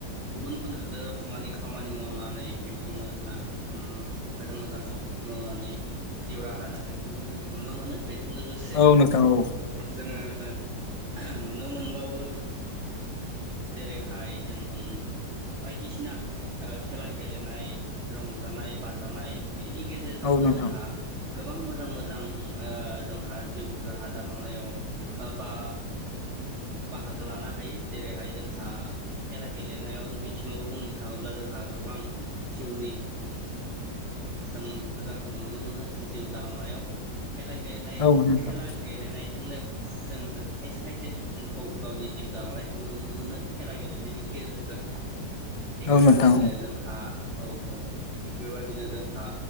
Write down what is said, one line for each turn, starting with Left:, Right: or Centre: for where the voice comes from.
Right: गुबुन गुबुन हादोराव थांनानै खामानि मावनानै बिथांमोना मोजां मोजां खामानि मावनानै जिउ राहा दानायखौबो नुनो मोनो बेजों लोगोसे
Left: औ नोंथां औ
Right: जोङो <unintelligible> नुनो मोनबावो जेरैहाय जों बायदिसिना खेला गेलेनाय रंजानाय बाजानाय बेनि गेजेरजोंबो
Left: औ नोंथां
Right: जोंहा गोबां मोजां मोजां ओ जोंहा जिउ राहा दालांनायाव ओ बा बाहागो लानो हायो जेरैहाय जोंहा खेला गेलेनायाव बिथिङाव बुंनो थाङोब्ला जोंहा गोबां जिउनि जों मोजांखौ नुनो मोनो जिउ दालांनायाव खेला गेलनाय
Left: औ नोंथां
Right: खेला गेलेनायजोंनो जोङो खायसे खायसे सुबुंखौ गावनि जिउ दालांनायखौबो नुनो मोनो खेला गेलेनायनि गेजेरजों थिग
Left: औ
Right: बेबादिनो
Left: नोंथां औ
Right: जोंहा औ औ थिग बेबादिनो जोंहा